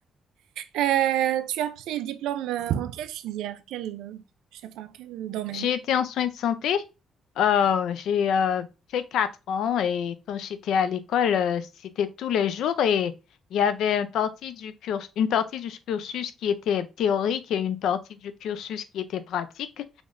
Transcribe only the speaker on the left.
J'ai été en soins de santé Euh, j'ai euh, fait quatre ans et quand j'étais à l'école, euh, c'était tous les jours et il y avait une partie du cursus, une partie du cursus qui était théorique et une partie du cursus qui était pratique.